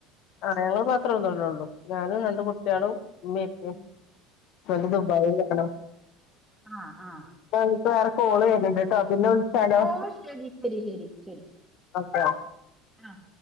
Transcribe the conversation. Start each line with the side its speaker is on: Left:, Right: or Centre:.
Left: ആഹ് ഞങ്ങള്ൾ മാത്രമന്നോല്ലള്ളൂ ഞാനും രണ്ട് കുട്ടികളും ഉമ്മയും ഉപ്പയും
Centre: ഉം.
Left: ഹസ്ബന്റ് ദുബായിലാണ്
Centre: ആഹ് ആഹ്
Left: ആ ഇപ്പൊ വേറെ കോള് വരുന്നുണ്ട് പിന്നെവിളി ച്ചാലോ
Centre: പ്പോ ശരി ശരി ശരി ശരി
Left: ഓക്കെ
Centre: ആഹ്